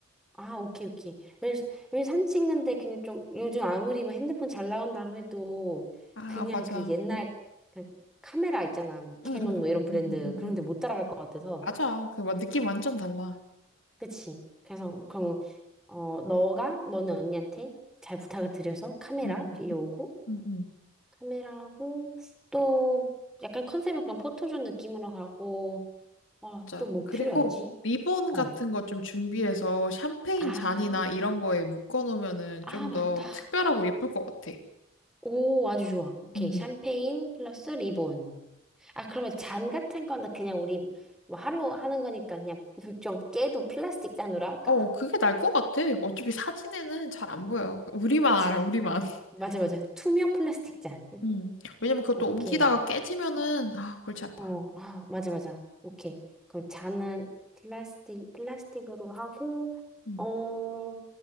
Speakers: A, in the centre; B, on the left.
A: 아, 오케이, 오케이. 왜냐면 왜 사진 찍는데 그냥 좀, 요즘 아무리 뭐 핸드폰 잘 나온다고 해도,
B: 아,
A: 그냥
B: 맞아.
A: 그 옛날
B: 어.
A: 그 카메라 있잖아. 뭐, 캐논
B: 응, 응, 응,
A: 뭐 이런
B: 응,
A: 브랜드.
B: 응, 응, 응.
A: 그런데
B: 응.
A: 못 따라갈 것 같아서.
B: 맞아. 그 막 느낌 완전 달라.
A: 그치? 그래서, 그럼, 어, 너가, 너는 언니한테 잘 부탁을 드려서 카메라
B: 응, 응,
A: 빌려오고,
B: 응, 응, 응.
A: 카메라하고, 또, 약간 컨셉은 그런 포토존 느낌으로 가고, 어,
B: 맞아.
A: 또 뭐
B: 그리고
A: 필요하지?
B: 리본
A: 어.
B: 같은 거 좀 준비해서 샴페인
A: 아,
B: 잔이나 이런 거에 묶어 놓으면은
A: 아,
B: 좀
A: 맞다.
B: 더 특별하고 예쁠 것 같아.
A: 오, 아주 좋아. 오케이.
B: 응.
A: 샴페인 플러스 리본. 아, 그러면 잔 같은 거나 그냥 우리 뭐 하루 하는 거니까 그냥 <laughs> 좀 깨도 플라스틱 잔으로 할까?
B: 어,
A: <laughs>
B: 그게 날 것 같아. 어차피 사진에는 잘 안 보여. 우리만
A: 그치.
B: 알아, 우리만. <laughs>
A: 맞아, 맞아. 투명 플라스틱 잔.
B: 음. 왜냐면 그것도
A: 오케이.
B: 옮기다가 깨지면은, 아, 골치 아파.
A: 어, 아, 맞아, 맞아. 오케이. 그럼 잔은 플라스틱, 플라스틱으로 하고,
B: 음.
A: 어, 또